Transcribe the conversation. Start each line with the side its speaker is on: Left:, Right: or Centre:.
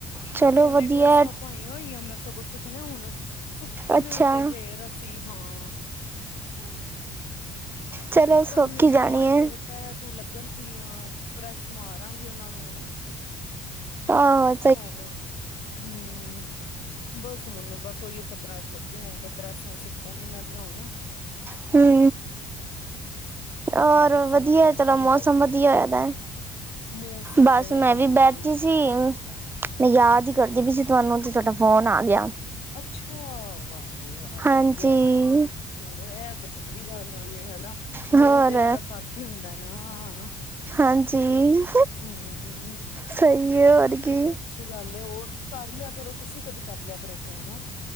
Right: ਚਲੋ
Left: ਬੱਚਿਆਂ
Right: ਵਧੀਆ,
Left: ਦੀ ਡਰੈਸਾ ਪਾਈਆਂ ਹੋਈਆਂ ਮੈਂ ਸਗੋਂ ਸੁੱਕਣੇ ਹੁਣ ਸੁੱਕਣ
Right: ਅੱਛਾ,
Left: ਤੇ ਫੇਰ ਅਸੀ ਹਾਂ
Right: ਚਲੋ
Left: ਸੁੱਕਣਗੀਆਂ
Right: ਸੋਕ ਈ ਜਾਣੀ
Left: ਤਾਂ ਹੀ
Right: ਐ।
Left: ਫੇਰ ਤੈਅ ਤੁਅ ਲੱਗਣਗੀਆਂ, ਪ੍ਰੈਸ ਮਾਰਾਂਗੀ ਔਨਾਂ ਨੂੰ
Right: ਔਰ
Left: ਹੈਲੋ। ਹੂੰ। ਬਸ ਹੁਣ, ਬਸ ਔਈਔ ਚੱਕਰਾਂ 'ਚ ਲੱਗੇ ਹੋਏ ਆਂ ਪਰ ਡਰੈਸਾਂ ਹੁਣ ਸੁੱਕਨ ਏਨਾਂ ਦੀਆਂ ਹੋਣ।
Right: <unintelligible> ਔਰ
Left: ਹੋਰ ਸੁਣਾਓ
Right: ਵਧੀਐ
Left: ਕੀ
Right: ਚਲੋ ਮੌਸਮ
Left: ਕਰਦੇ
Right: ਵਧੀਆ
Left: ਹੋ
Right: ਹੋਇਆ ਦੈ।
Left: ਮੌਸਮ
Right: ਬਸ
Left: ਤੇ
Right: ਮੈਂ
Left: ਹਾਂ
Right: ਵੀ ਬੈਠੀ ਸੀ। ਮੈਂ ਯਾਦ ਈ ਕਰਦੀ ਪਈ ਸੀ ਤੁਆਨੂੰ ਤੇ ਤੁਆਡਾ ਫੋਨ ਆ ਗਿਆ।
Left: ਅੱਛਾ! ਵਾਹ ਜੀ ਵਾਹ!
Right: ਹਾਂਜੀ।
Left: ਵਧੀਐ। ਚਲੋ ਐ ਤੇ ਚੰਗੀ ਗੱਲ ਹੋਈ ਏ ਹੈ ਨਾ
Right: ਹੋਰ
Left: ਦਿਲ ਦਿਲ ਦਾ ਸਾਥ ਈ ਹੁੰਦੈ ਨਾ।
Right: ਹਾਂਜੀ।
Left: ਹੂੰ
Right: ਸਈ ਏ, ਹੋਰ
Left: ਚਲੋ ਵਧੀਆ
Right: ਕੀ।
Left: ਅੱਛੀ ਗੱਲ ਏ ਹੋਰ ਕਰ ਲਿਆ ਕਰੋ ਤੁਸੀ ਕਦੀ ਕਰ ਲਿਆ ਕਰੋ ਫੋਨ।